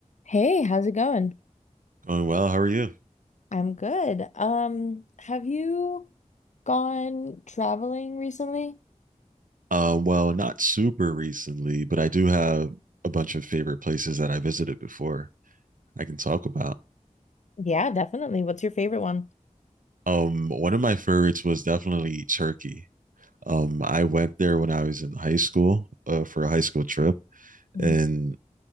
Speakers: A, on the left; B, on the right.
A: Hey, how's it going?
B: Going well. How are you?
A: I'm good. Um, have you gone traveling recently?
B: Uh, well, not super recently, but I do have a bunch of favorite places that I visited before I can talk about.
A: Yeah, definitely. What's your favorite one?
B: Um, one of my favorites was definitely Turkey. Um, I went there when I was in high school uh, for a high school trip,
A: Mhm,
B: and